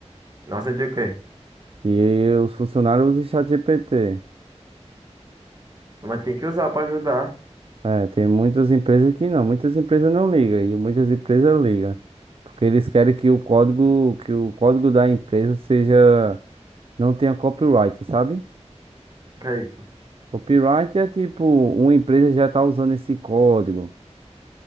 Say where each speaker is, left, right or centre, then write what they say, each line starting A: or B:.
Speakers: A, on the right; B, on the right.
A: nossa, é de o quê?
B: E os funcionários usam ChatGPT.
A: Mas tem que usar pra ajudar.
B: É, tem muitas empresas que não, muitas empresas não ligam e muitas empresas ligam, porque eles querem que o código, que o código da empresa seja, não tenha copyright, sabe?
A: Ok,
B: Copyright é tipo, uma empresa já tá usando esse código.